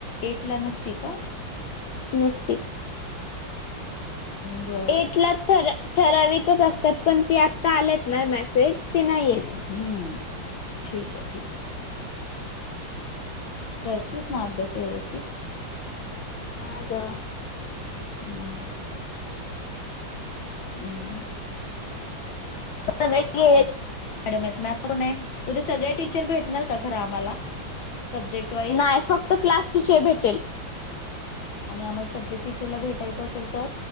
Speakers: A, on the left; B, on the left.
A: एट ला नसती का?
B: नसती.
A: बर
B: एट ला ठराविकच असतात. पण ती आत्ता आलेत ना मेसेज ते नाहीयेत.
A: हम्म ठीके, ठीके. करतीस ना अभ्यास व्यवस्थित?
B: हा ग.
A: हम्म. हम्म म.
B: <unintelligible> आहेत
A: मॅडम आहेत <unintelligible> त्या कोणे उद्या सगळ्या टीचर भेटणार का खरं आम्हाला? Subject wise.
B: नाही फक्त क्लास टीचर भेटेल.
A: आणि आम्हाला सब्जेक्ट टीचरला भेटायचं असेल तर?